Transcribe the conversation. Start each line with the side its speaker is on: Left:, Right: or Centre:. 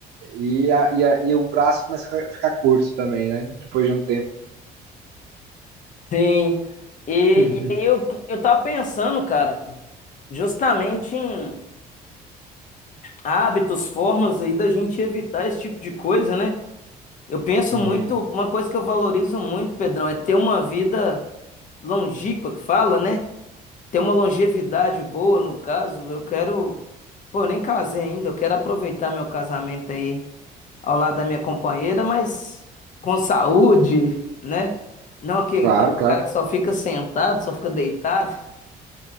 Right: e, a, e, a- e o braço começa a ficar curto também, né? Depois de um tempo.
Left: Sim. E,
Right: <laughs>
Left: e aí eu, eu tava pensando, cara. justamente em hábitos, formas aí da gente evitar esse tipo de coisa, né? Eu penso
Right: Uhum.
Left: muito, uma coisa que eu valorizo muito, Pedrão, é ter uma vida longínqua, que fala, né? Ter uma longevidade boa, no caso. Eu quero, pô, eu nem casei ainda, eu quero aproveitar meu casamento aí ao lado da minha companheira, mas com saúde, né? Não aquele
Right: Claro,
Left: aquele
Right: claro.
Left: cara que só fica sentado, só fica deitado.